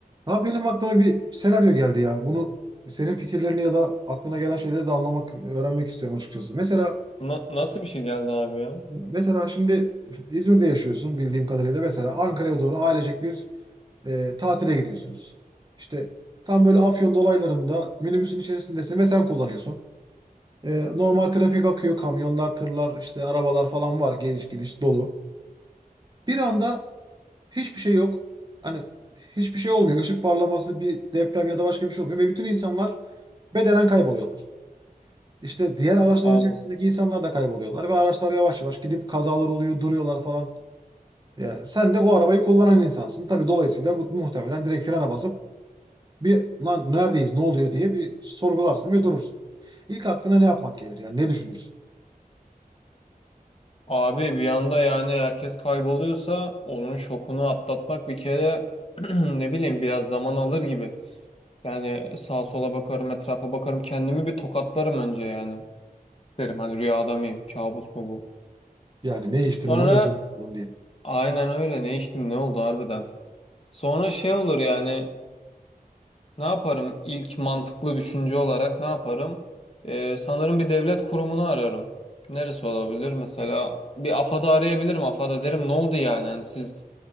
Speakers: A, on the right; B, on the left.
A: Ha benim aklıma bir senaryo geldi ya. Bunu senin fikirlerini ya da aklına gelen şeyleri de anlamak, öğrenmek istiyorum açıkçası. Mesela
B: Na- nasıl bir şey geldi abi ya?
A: mesela şimdi İzmir'de yaşıyorsun bildiğim kadarıyla. Mesela Ankara'ya doğru ailecek bir e, tatile gidiyorsunuz. İşte tam böyle Afyon dolaylarında minibüsün içerisindesin ve sen kullanıyorsun. E, normal trafik akıyor, kamyonlar, tırlar, işte arabalar falan var, geliş gidiş dolu. Bir anda hiçbir şey yok. Hani hiçbir şey olmuyor. Işık parlaması, bir deprem ya da başka bir şey olmuyor ve bütün insanlar bedenen kayboluyorlar. İşte diğer araçların
B: Allah.
A: Hmm. içerisindeki insanlar da kayboluyorlar ve araçlar yavaş yavaş gidip kazalar oluyor, duruyorlar falan. Ya sen de o arabayı kullanan insansın. Tabii dolayısıyla bu muhtemelen direkt frene basıp bir lan neredeyiz, ne oluyor diye bir sorgularsın ve durursun. İlk aklına ne yapmak gelir? Yani ne düşünürsün?
B: Abi bir anda yani herkes kayboluyorsa onun şokunu atlatmak bir kere <clears throat> ne bileyim biraz zaman alır gibi. Yani sağa sola bakarım, etrafa bakarım, kendimi bir tokatlarım önce yani. Derim hani rüyada mıyım, kabus mu bu?
A: Yani ne içtim,
B: Sonra
A: ne oldu falan diye.
B: aynen öyle ne içtim ne oldu harbiden. Sonra şey olur yani Ne yaparım? İlk mantıklı düşünce olarak ne yaparım? Ee, sanırım bir devlet kurumunu ararım. Neresi olabilir? Mesela bir AFAD'ı arayabilirim. AFAD'a derim ne oldu yani? Hani siz